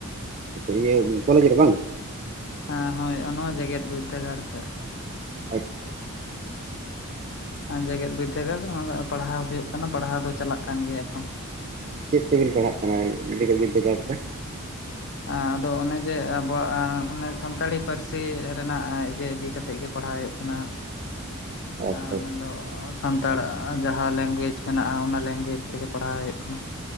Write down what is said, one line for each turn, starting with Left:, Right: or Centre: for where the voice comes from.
Right: ᱴᱷᱤᱜ ᱜᱮᱭᱟ ᱠᱚᱞᱮᱡᱽ ᱨᱮ ᱵᱟᱝ,
Left: ᱦᱮᱸ ᱦᱳᱭ ᱱᱚᱣᱟ ᱡᱮᱜᱮᱫ ᱵᱤᱨᱫᱟᱹᱜᱟᱲ ᱥᱮᱜ ᱨᱮ᱾
Right: ᱟᱪᱪᱷᱟ ᱟᱪᱪᱷᱟ᱾
Left: ᱮᱸ ᱡᱮᱜᱮᱫ ᱵᱤᱨᱫᱟᱹ ᱜᱟᱲ ᱨᱮ ᱚᱱᱟᱫᱚ ᱯᱟᱲᱦᱟᱣ ᱦᱩᱭᱩᱜ ᱠᱟᱱᱟ ᱯᱟᱲᱦᱟᱣ ᱫᱚ ᱪᱟᱞᱟᱜ ᱠᱟᱱ ᱜᱮᱭᱟ ᱮᱠᱷᱚᱱ᱾
Right: ᱪᱤᱫ ᱛᱮᱵᱤᱱ ᱯᱟᱲᱦᱟᱜ ᱠᱟᱱᱟ ᱡᱮᱜᱮᱫ ᱵᱤᱫᱽᱫᱟᱹᱜᱟᱲ ᱨᱮ ᱫᱚ?
Left: ᱟᱸ ᱟᱫᱚ ᱚᱱᱮ ᱡᱮ ᱟᱵᱚᱣᱟᱜ ᱟᱸ ᱚᱱᱮ ᱥᱟᱱᱛᱟᱲᱤ ᱯᱟᱹᱨᱥᱤ ᱨᱮᱱᱟᱜ ᱡᱮ ᱤᱫᱤ ᱠᱟᱛᱮᱜ᱾ ᱛᱮᱜ ᱜᱮ ᱯᱟᱲᱦᱟᱣ ᱦᱳᱭᱳᱜ ᱠᱟᱱᱟ᱾
Right: <inaudible>
Left: <unintelligible>
Right: ᱟᱪᱪᱷᱟ
Left: ᱥᱟᱱᱛᱟᱲ ᱡᱟᱦᱟᱸ ᱞᱮᱝᱜᱩᱭᱮᱡᱽ ᱢᱮᱱᱟᱜᱼᱟ ᱚᱱᱟ ᱞᱮᱝᱜᱩᱭᱡᱽ ᱛᱮᱜᱮ ᱯᱟᱲᱦᱟᱣ ᱦᱩᱭᱩᱜ ᱠᱟᱱᱟ᱾